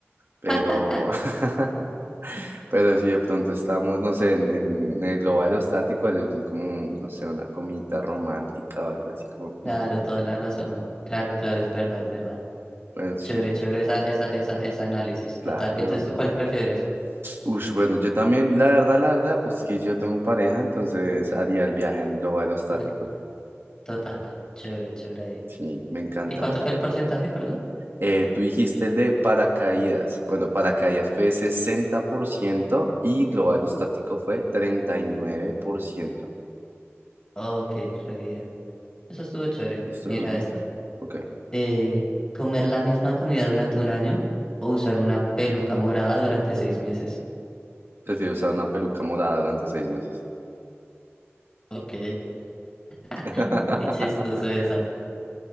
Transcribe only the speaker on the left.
<laughs>
Claro,
toda la razón.
Claro, claro, es verdad, es verdad.
Chévere, chévere esa, esa, esa, ese análisis, total.
Entonces, ¿tú cuál prefieres?
El- Total, chévere, chévere ahí.
¿Y cuánto fue el porcentaje, perdón?
Ok, re bien. Eso estuvo chévere.
Mira
esta.
eh, comer la misma comida durante un año o usar una peluca morada durante seis meses.
Ok, <laughs>
muy chistoso esa.